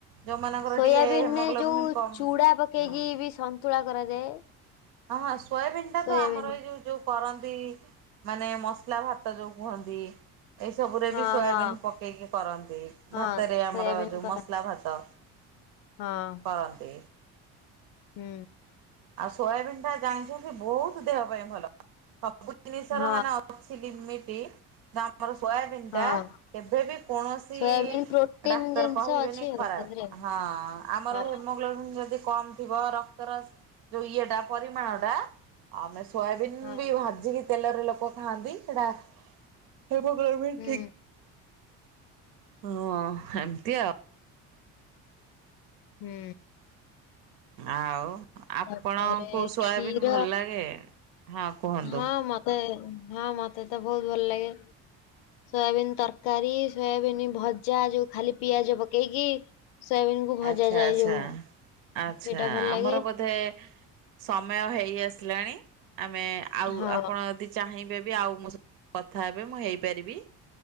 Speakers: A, on the right; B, on the left.
A: ଯୋଉମାନଙ୍କର
B: ସୋୟାବିିନ୍
A: ଟିକେ ହେମୋଗ୍ଲୋବିନ୍
B: ରେ ଯୋଉ
A: କମ୍
B: ଚୁଡା ପକେଇକି
A: ହୁଁ।
B: ବି ସନ୍ତୁଳା କରାଯାଏ।
A: ହଁ ହଁ ସୋୟାବିନ୍ ଟା
B: ସୋୟାବିନ୍
A: ତ ଆମର ଏଇ ଯୋଉ ଯୋଉ କରନ୍ତି ମାନେ ମସଲା ଭାତ ଯୋଉ କୁହନ୍ତି। ଏଇସବୁରେ
B: ହଁ
A: ବି ସୋୟାବିିନ୍
B: ହଁ
A: ପକେଇକି କରନ୍ତି
B: ହଁ
A: ଭାତରେ
B: ସୋୟାବିନ୍
A: ଆମର ଯଉ
B: କରା
A: ମସଲା ଭାତ।
B: ହଁ।
A: କହନ୍ତି।
B: ହୁଁ।
A: ଆଉ ସୋୟାବିନ୍ ଟା ଜାଣିଛନ୍ତି ବହୁତ ଦେହ ପାଇଁ ଭଲ ସବୁ ଜିନିଷର
B: ହଁ
A: ମାନେ ଲିମିଟି ବା ଆମର ସୋୟାବିନ୍
B: ହଁ
A: ଟା
B: ହଁ
A: କେବେ ବି କୌଣସି
B: ସୋୟାବିନ୍ ପ୍ରୋଟିନ
A: ଡାକ୍ତର
B: ଜିନିଷ
A: କହିବେନି
B: ଅଛି
A: ଖରାପ
B: ଆଉ ତା ଦେହରେ।
A: ହଁ ଆମର
B: ହଁ
A: ହେମୋଗ୍ଲୋବିନ୍ ଯଦି କମ ଥିବ ରକ୍ତର ଯୋଉ ଇଏଟା ପରିମାଣ ଟା ଆମେ ସୋୟାବିନ୍
B: ହଁ
A: ବି ଭାଜିକି ତେଲରେ ଲୋକ ଖାଆନ୍ତି ସେଟା ହେମୋଗ୍ଲୋବିନ୍
B: ହୁଁ
A: ଠିକ ହଁ ଏମିତି ଆଓ
B: ହୁଁ।
A: ଆଉ ଆପଣଙ୍କୁ
B: ତାପରେ
A: ସୋୟାବିନ୍
B: କ୍ଷୀର
A: ଭଲ ଲାଗେ। ହଁ କୁହନ୍ତୁ।
B: ହଁ ମତେ ହଁ ମତେ ତ ବହୁତ ଭଲ ଲାଗେ ସୋୟାବିନ୍ ତର କାରୀ ସୋୟାବିନ୍ ଭଜା ଯଉ ଖାଲି ପିଆଜ ପକେଇକି। ସୋୟାବିନ୍ କୁ ଭଜା
A: ଆଚ୍ଛା
B: ଯାଏ
A: ଆଚ୍ଛା
B: ଯୋଉ
A: ଆଚ୍ଛା
B: ସେଇଟା ଭଲ ଲାଗେ
A: ଆମର ବୋଧେ ସମୟ ହେଇ ଆସିଲାଣି ଆମେ ଆଉ
B: ହଁ
A: ଆପଣ ୟଦି ଚାହିଁବେ ବି ଆଉ ମୋ ସ କଥା ହେବେ ମୁଁ ହେଇପାରିବି।